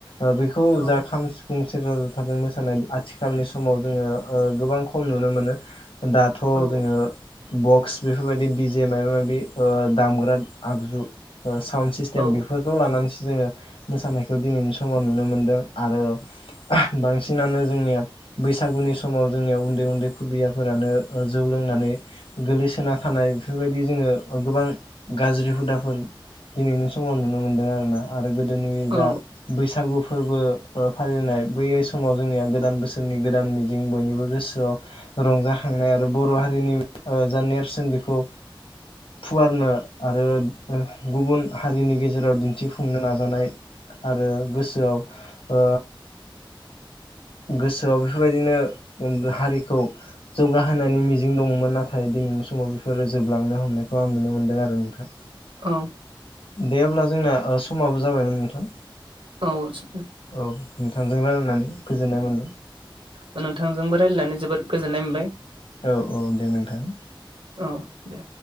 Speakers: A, on the left; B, on the right.
A: ओ बेखौ
B: औ
A: जा खाम, सिफुं, सेरजा, जाथाजों मोसानाय आथिखालनि समाव जोङो गोबां खम नुनो मोनो। दाथ'
B: औ
A: जोङो बक्स बेफोरबायदि डिजे माबा माबि ओ दामग्रा आगजु ओ साउन्ड सिस्टेम
B: औ
A: बेफोरखौ लानानैसो जोङो मोसानायखौ दिनैनि समाव नुनो मोनदों। आरो बांसिनानो जोंनिया बैसागुनि समाव जोंनिया उन्दै उन्दै खुदियाफोरानो जौ लों नानै गोगलैसोना थानाय बेफोरबायदि जोङो गोबां गाज्रि हुदाफोर दिनैनि समाव नुनो मोनदों आरोना आरो गोदोनि
B: औ
A: जा बैसागु फोरबो फालिनाय बै समाव जोंनिया गोदान बोसोरनि गोदान मिजिं बयनिबो गोसोआव रंजा खांनाय आरो बर' हारिनि ओ जा नेरसोन बेखौ फुवारनो आरो गुबुन हारिनि गेजेराव दिन्थिफुंनो नाजानाय आरो गोसोआव ओ गोसोआव बेफोरबायदिनो उन्द हारिखौ जौगाहोनायनि मिजिं दंमोन नाथाय दिनै नि समाव बेफोरो जोबलांनो हमनायखौ आं नुनो मोन्दों आरो नोंथां।
B: औ
A: दे अब्ला जोंना ओ समाबो जाबायमोन नोंथां।
B: औ स
A: औ नोंथांजों रायलायनानै गोजोन्नाय मोनबाय।
B: ओ नोंथांजोंबो रायलायनानै जोबोर गोजोन्नाय मोनबाय।
A: औ औ दे नोंथां।
B: औ दे।